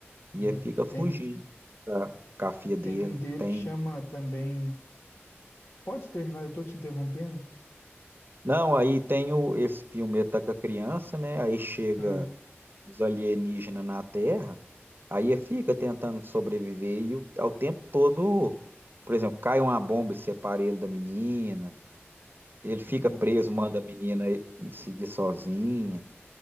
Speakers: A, on the right; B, on the left.
A: e
B: É,
A: ele fica fugindo
B: tem,
A: tá? com a filha dele.
B: tem um dele
A: Tem.
B: que chama também. Pode terminar, eu tô te interrompendo.
A: Não, aí tem o, esse filme, ele tá com a criança, né? Aí chega
B: Ah,
A: os alienígenas na Terra, aí ele fica tentando sobreviver e o- ao tempo todo, por exemplo, cai uma bomba e separa ele da menina. Ele fica
B: nossa.
A: preso, manda a menina e seguir sozinha.